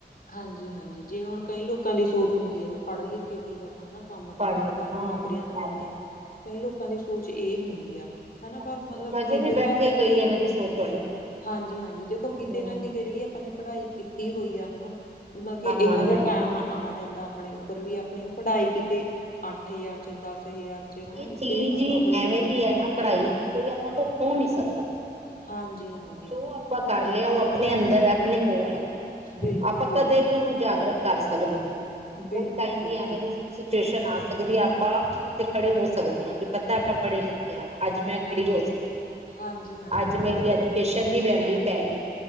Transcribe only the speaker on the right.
ਪੜ੍ਹਨ
ਹਾਂ
ਸੋਚ
ਹਜੇ
ਵੀ ਬੈਠੇ
ਕਈ ਐਵੇਂ ਦੀ ਸੋਚ ਵਾਲੇ
ਹਮ
ਕੰਮ
ਆਉਂਦੀ
ਹੈ
ਇਹ
ਚੀਜ਼
ਹੀ
ਐਵੇਂ
ਦੀ ਐ ਨਾ ਪੜ੍ਹਾਈ, ਕੋਈ ਆਪਾਂ ਕੋਲ ਖੋ ਨਹੀਂ ਸਕਦਾ।
ਜੋ ਆਪਾਂ ਕਰ ਲਿਆ ਉਹ ਆਪਣੇ ਅੰਦਰ ਐ ਆਪਣੇ ਕੋਲ ਐ।
ਆਪਾਂ
ਕਦੇ ਵੀ ਉਹਨੂੰ ਜਾਗਰਕ ਕਰ ਸਕਦੇ,
ਕੋਈ ਟਾਈਮ ਵੀ
ਐਵੇਂ ਦੀ ਸਿਚੁਏਸ਼ਨ ਆ ਸਕਦੀ ਐ, ਆਪਾਂ ਉੱਥੇ ਖੜੇ ਹੋ ਸਕਦੇ ਹਾਂ, ਵੀ ਪਤਾ ਆਪਾਂ ਪੜ੍ਹੇ ਲਿਖੇ ਹਾਂ। ਅੱਜ਼ ਮੈਂ ਖੜ੍ਹੀ
ਹੋ ਸਕੀ,
ਅੱਜ਼
ਮੇਰੀ ਐਜੂਕੇਸ਼ਨ ਦੀ ਵੈਲਿਊ ਪੈ ਗੀ।